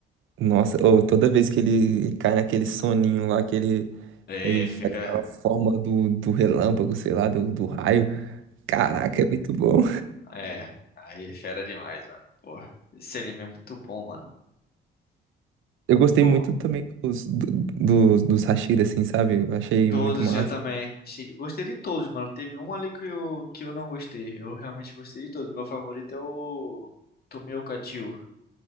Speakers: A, on the right; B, on the left.
A: Nossa, ô, toda vez que ele cai naquele soninho lá, que ele
B: É,
A: Ele
B: ele
A: faz
B: fica...
A: lá a forma do, do relâmpago, sei lá, do, do raio. Caraca, é muito bom.
B: É, aí é fera demais, mano. Porra, esse anime é muito bom, mano.
A: Eu gostei
B: Pô,
A: muito também dos, do- dos, dos Hashira, assim, sabe? Eu achei
B: todos
A: muito massa.
B: eu também. Achei, gostei de todos, mano. Teve um ali que eu, que eu não gostei. Eu realmente gostei de todos. Meu favorito é o Tomioka Jill.